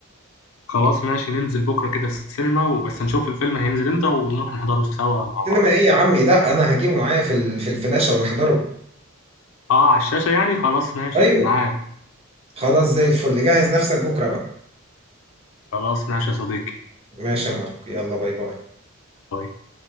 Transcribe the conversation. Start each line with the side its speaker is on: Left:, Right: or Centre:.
Left: خلاص ماشي ننزل بكرة كده السينما وبس نشوف الفيلم هينزل امتى ونروح نحضره سوا مع بعض
Right: سينما ايه يا عمي لا انا هجيبه معايا في ال... في الفلاشه ونحضره
Left: اه على الشاشة يعني خلاص ماشي
Right: ايوه
Left: معاك
Right: خلاص زي الفل جهز نفسك بكره بقى
Left: خلاص ماشي يا صديقي
Right: ماشي يا مارك يلا باي باي
Left: طيب